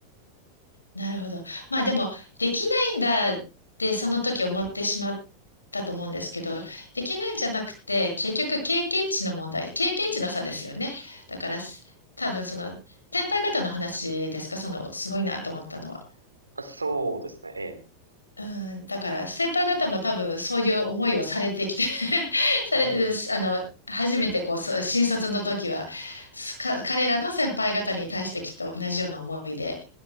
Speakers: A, on the left; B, on the right.
A: なるほど。まあでも、できないんだってその時思ってしまったと思うんですけど、できないんじゃなくて、結局経験値の問題、経験値の差ですよね。だから、す多分その、先輩方の話ですか、その、すごいなと思ったのは。
B: あ、そうですね、ええ。
A: うん、だから先輩方も多分そういう思いをされてきて <laughs> され、
B: うん。
A: あの、初めてこう、そう新卒の時は、すか彼らの先輩方に対してきっと同じような思いで、